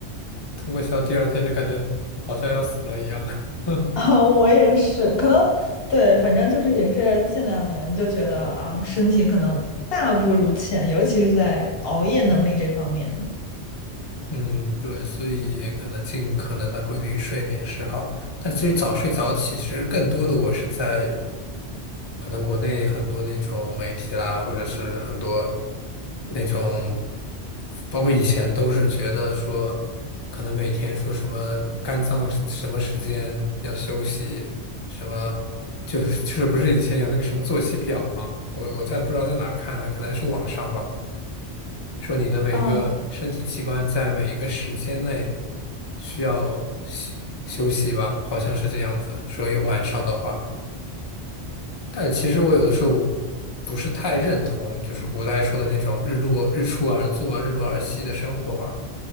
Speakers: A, on the left; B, on the left.
A: 通个宵，第二天就感觉好像要死了一样。<laughs>
B: <laughs> 啊，我也是，可能对，反正就是也是近两年就觉得啊，身体可能大不如前，尤其是在熬夜能力这方面
A: 嗯，对，所以可能尽可能的规律睡眠是好，但至于早睡早起，其实更多的我是在可能国内很多那种媒体啦，或者是很多那种，包括以前都是觉得说，可能每天说什么肝脏什么时间要休息，什么就是就是不是以前有那个什么作息表吗？我我在不知道在哪儿看的，可能是网上吧，说你的每个身体器官在每一个时间内
B: 啊，
A: 需要休休息吧，好像是这样子，所以晚上的话。但其实我有的时候不是太认同，就是古代说的那种日落日出而作，日落而息的生活吧，